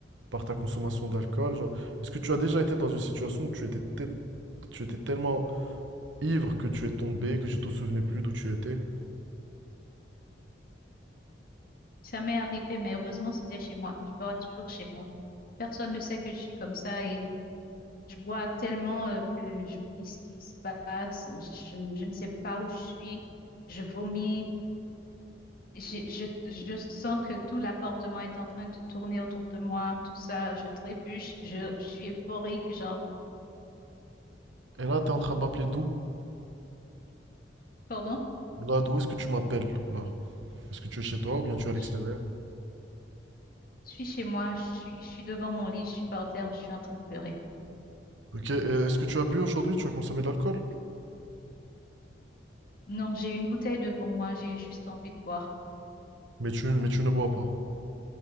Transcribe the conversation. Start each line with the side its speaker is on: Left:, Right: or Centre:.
Right: par ta consommation d'alcool, genre, est-ce que tu as déjà été dans une situation où tu étais, te- tu étais tellement ivre que tu es tombé, que tu te souvenais plus d'où tu étais,
Left: Ça m'est arrivé, mais heureusement, c'était chez moi. Je bois toujours chez moi. Personne ne sait que je suis comme ça et je bois tellement euh, que j'oublie ce qui se passe. Je, je ne sais pas où je suis. Je vomis. J'ai- Je, je sens que tout l'appartement est en train de tourner autour de moi, tout ça, je trébuche, je, je suis euphorique, genre,
Right: et là tu es en train de m'appeler d'où?
Left: pardon,
Right: Là, d'où est-ce que tu m'appelles, là? Est-ce que tu es chez toi ou bien tu es à l'extérieur?
Left: je, je suis chez moi, je suis, je suis devant mon lit, je suis par terre, je suis en train de pleurer.
Right: Ok, et est-ce que tu as bu aujourd'hui? Tu as consommé de l'alcool?
Left: Non, j'ai une bouteille devant moi, j'ai juste envie de boire.
Right: Mais tu, mais tu ne bois pas.